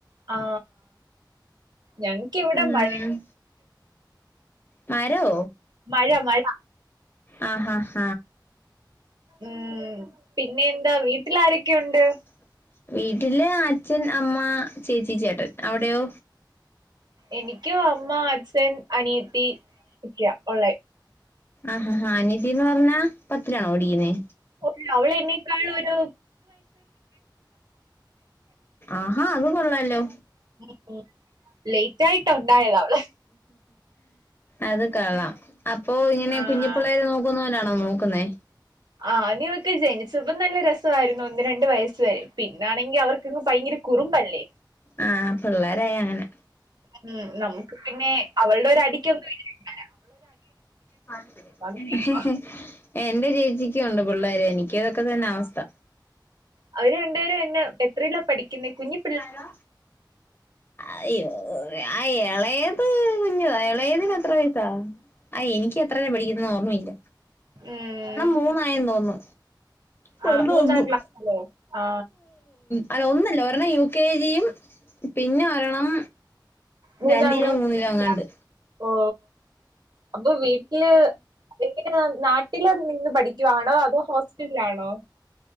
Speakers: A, on the right; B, on the left.
A: ആ ഞങ്ങക്കിവിടെ
B: ഉം
A: മഴയാ
B: മരോ
A: മഴ മഴ
B: ആഹ് ഹ
A: ഉം പിന്നെ എന്താ വീട്ടിലാരൊക്കെയുണ്ട്
B: <inaudible> വീട്ടില് അച്ഛൻ, അമ്മ, ചേച്ചി, ചേട്ടൻ അവിടെയോ
A: എനിക്കും അമ്മ, അച്ഛൻ, അനിയത്തി ഒക്കെയാ ഒള്ളെ
B: ആഹ ഹ അനിയത്തിന്ന് പറഞ്ഞാ പത്തിലാണോ പഠിക്ക്ന്നേ
A: <unintelligible> അവളെനി ക്കൾ ഓരോ
B: ആഹാ അത് കൊള്ളാല്ലോ
A: <unintelligible> ലെയ്റ്റായിട്ടുണ്ടായതാവള്
B: അത് കൊള്ളാം അപ്പൊ ഇങ്ങനെ
A: ആഹ്
B: കുഞ്ഞിപ്പിള്ളേര് നോക്ക ക്കുന്നോലാണോ നോക്കുന്നേ
A: ആദ്യോക്കെ ജനിച്ചപ്പ നല്ല രസായിരുന്നു ഒന്ന് രണ്ട് വയസ്സ് വരെ പിന്നാണെങ്കി അവർക്കങ്ങ് ഭയങ്കര കുറുമ്പല്ലേ
B: ആ പിള്ളേരായാ അങ്ങനാ
A: ഉം നമുക്ക് പിന്നെ അവളുടെ ഒരടിക്കൊന്നും ഇല്ലല്ലൊ
B: ഹിഹി
A: അങ്ങനെയാ ഇപ്പൊ
B: എന്റെ ചേച്ചിക്കുണ്ട് പിള്ളേര് എനിക്ക് ഇതൊക്കെ തന്നെ അവസ്ഥ
A: അവര് രണ്ടേരും എന്ന എത്രേലാ പഠിക്കുന്നേ കുഞ്ഞു
B: ഹലോ അയ്യ ആ എളയത് കുഞ്ഞതാ എളയതിന് എത്ര വയസാ അ എനിക്ക് എത്രയിലാ പഠിക്കുനേന് ഓർമ്മ ഇല്ല
A: ഉം
B: മൂന്നായി തോന്ന്ന്നു ചെറുത്
A: ആ മൂന്നാം
B: ഒന്നും
A: ക്ലാസ്സിലോ ആ
B: അല്ല ഒന്നല്ല ഒരെണ്ണം യു കെ ജിയും പിന്നെ ഒരെണ്ണം
A: മൂന്നാം
B: രണ്ടിലോ
A: ക്ലാസിൽ
B: മൂന്നിലോ എങ്ങാണ്ട്
A: ഓ അപ്പൊ വീട്ടില് അ നാട്ടില് നിന്ന് പഠിക്കുവാണോ അതോ ഹോസ്റ്റലിലാണോ